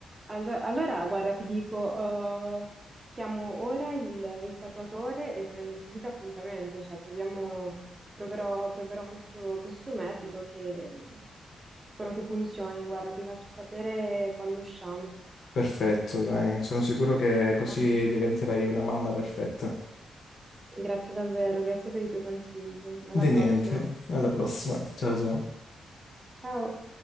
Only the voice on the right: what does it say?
Allo- allora, guarda, ti dico, eh, chiamo ora il, il tatuatore e prendo subito appuntamento, cioè proviamo, proverò, proverò questo, questo metodo che mh, spero che funzioni. Guarda, ti faccio sapere quando usciamo.
Va bene?
Grazie davvero, grazie per i tuoi consigli. Alla
prossima.
Ciao!